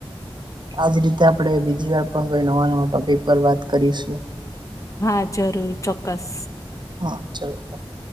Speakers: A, on the right; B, on the left.
A: આજ રીતે આપણે બીજી વાર પણ કોઈ નવા નવા ટોપિક પર વાત કરીશું.
B: હા જરૂર ચોક્કસ.
A: હા ચલો બાય.